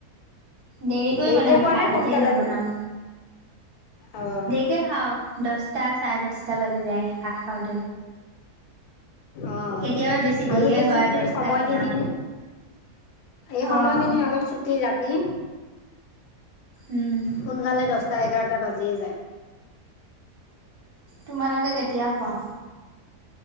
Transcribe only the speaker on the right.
দেৰিকৈ
বনাম
ভাত
এতিয়া নবনাও।
দেয়িকে খাওঁ দছটা চাৰে দছটা বাজি যায় ভাত খাওঁতে।
কেতিয়াবা বেছি দেৰিয়ে
হয়
দছটাত
বনাম,
অ',
উম।
তোমালোকে কেতিয়া খোৱা?